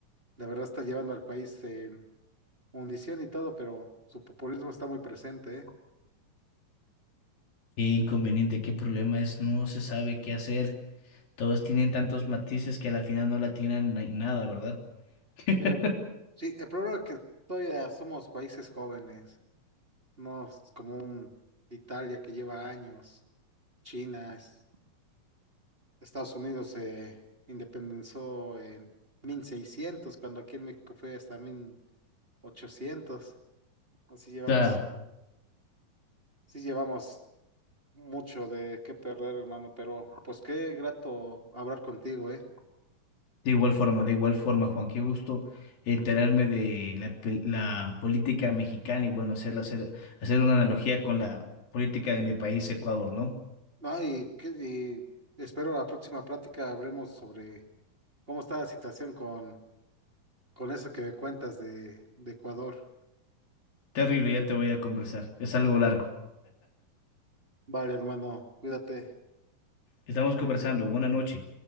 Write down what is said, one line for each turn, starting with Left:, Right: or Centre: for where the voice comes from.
Right: de verdad está llevando al país en hundición y todo, pero su populismo está muy presente, ¿eh?
Left: Qué inconveniente, qué problema es, no se sabe qué hacer. Todos tienen tantos matices que a la final no la tienen en nada, ¿verdad? <laughs>
Right: Eh, sí, el problema es que todavía somos países jóvenes, no es como un Italia que lleva años, China, es- Estados Unidos se independizó en 1600 cuando aquí en México fue hasta mil ochocientos así llevamos,
Left: Claro,
Right: sí llevamos. mucho de qué perder, hermano, pero pues qué grato hablar contigo, ¿eh?
Left: de igual forma, de igual forma, Juan, qué gusto enterarme de la, pel- la política mexicana y bueno, hacer, hacer, hacer una analogía con la política de mi país, Ecuador, ¿no?
Right: Ah, y, que y espero la próxima plática hablemos sobre cómo está la situación con, con eso que me cuentas de, de Ecuador.
Left: Terrible, ya te voy a conversar, es algo largo.
Right: Vale, hermano, cuídate.
Left: Estamos conversando, buena noche.